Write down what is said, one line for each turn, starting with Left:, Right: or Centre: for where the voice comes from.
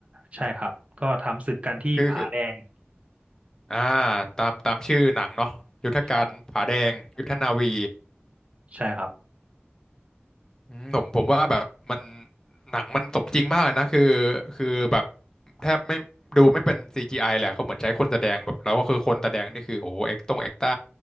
Right: ใช่ครับก็ทำศึกกันที่ผาแดง
Left: คือคืออ่าตามตามชื่อหนังเนาะยุทธการผาแดงยุทธนาวี
Right: ใช่ใช่ครับ
Left: อืมผมผมว่าแบบมันหนังมันสมจริงมากเลยนะคือคือแบบแทบไม่ดูไม่เป็น CGI แหละเขาเหมือนใช้คนแสดงแบบแล้วก็คือคนแสดงนี่คือโอ้โหเอ็กตงเอ็กต้า